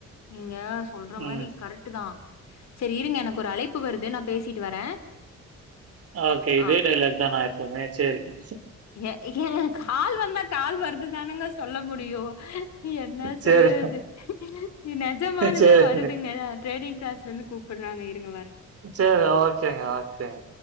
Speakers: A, on the left (about 60°); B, on the right (about 50°).
A: நீங்க சொல்ற
B: ம்.
A: மாரி கரெட்டு தா செரி இருங்க னக்கு ஒரு அழைப்பு வருது நா பேசிட்டு வரே
B: ஓக்கே இதே
A: ஆ
B: டய்லாக் தா ஆய்போமே செரி ச
A: ஏ ஏங்க கால் வந்தா கால் வருதுதானுங்க சொல்ல முடியும் என்ன
B: சரி,
A: செய்யற்து நெஜமாலுமே
B: சரிங்க.
A: வருதுங்க ட்ரேடிங் கிளாஸ்லிந்து கூப்பட்றாங்க இருங்க வர்
B: சர் ஓக்கேங்க ஓக்கேங்